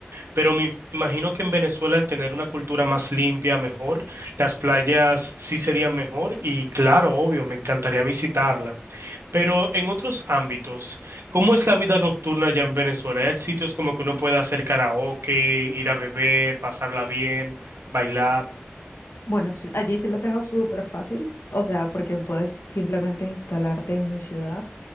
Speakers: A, on the right; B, on the left.
A: Pero me imagino que en Venezuela, al tener una cultura más limpia, mejor, las playas sí serían mejor y claro, obvio, me encantaría visitarla. Pero en otros ámbitos, ¿cómo es la vida nocturna allá en Venezuela? ¿Hay sitios como que uno puede hacer karaoke, ir a beber, pasarla bien, bailar?
B: Bueno, sí, allí sí la tengo súper fácil, o sea, porque puedes simplemente instalarte en mi ciudad,